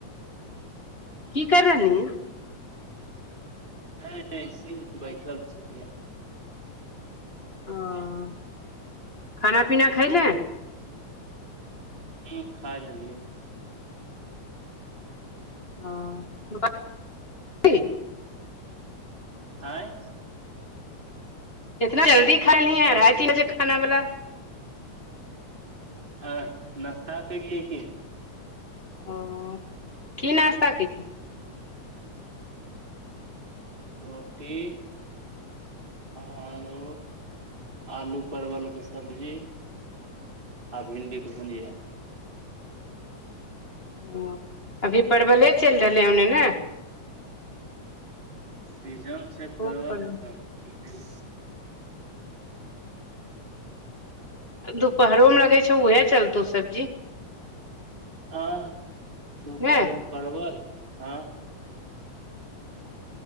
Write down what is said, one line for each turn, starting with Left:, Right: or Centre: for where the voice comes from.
Left: की कर रहली ह
Right: ह सि बैठल छियै
Left: ओ खाना पीना खइलै
Right: न खाय लेलियै
Left: हं <unintelligible>
Right: आँय
Left: इतना जल्दी खाय ली अढ़ाइ तीन बजे खाना वाला
Right: आ नाश्ता के लिय की
Left: ओ की नास्ता कि
Right: रोटी आलू आलू परवल के सब्जी आ भिंडी के भुजिया
Left: ओ अभी परवले चलि रहलै होने ने
Right: सीजन छै
Left: खूब
Right: परवलसभ
Left: परवल
Right: ई कह
Left: ह दुपहरो मे लगै छौ उएहे चलतौ सब्जी
Right: आ दुपहरमे
Left: ने
Right: परवल हँ